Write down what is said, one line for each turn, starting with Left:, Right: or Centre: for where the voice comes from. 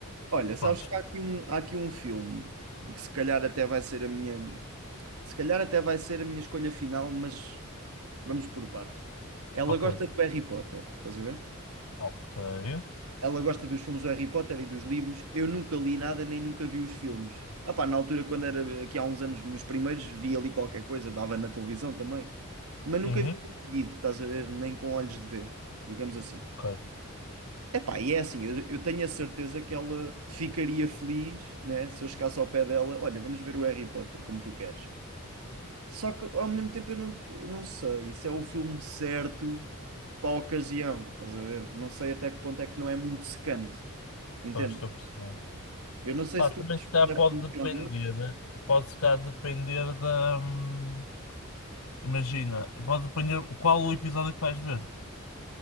Right: Olha, sabes
Left: Pronto,
Right: que há aqui um, há aqui um filme que se calhar até vai ser a minha, se calhar até vai ser a minha escolha final, mas vamos por partes. Ela
Left: ok,
Right: gosta do Harry Potter, estás a ver?
Left: ok.
Right: Ela gosta dos filmes do Harry Potter e dos livros. Eu nunca li nada nem nunca vi os filmes. Ah pá, na altura, quando era aqui há uns anos, nos primeiros, vi ali qualquer coisa, dava na televisão também. Mas nunca
Left: Uhum,
Right: vi tudo seguido, estás a ver? Nem com olhos de ver, digamos assim.
Left: ok.
Right: Epá, e é assim, eu, eu tenho a certeza que ela ficaria feliz, né, se eu chegasse ao pé dela, olha, vamos ver o Harry Potter, como tu queres. Só que ao mesmo tempo eu não, eu não sei se é o filme certo para a ocasião, estás a ver? Não sei até que ponto é que não é muito secante, entende?
Left: Pois, estou a perceber.
Right: Eu não sei
Left: Pá,
Right: se
Left: também
Right: tu queres
Left: se calhar
Right: fazer
Left: pode
Right: a previsão,
Left: depender,
Right: não.
Left: né? pode se calhar depender da. hum, Imagina, pode depender o- qual o episódio que vais ver,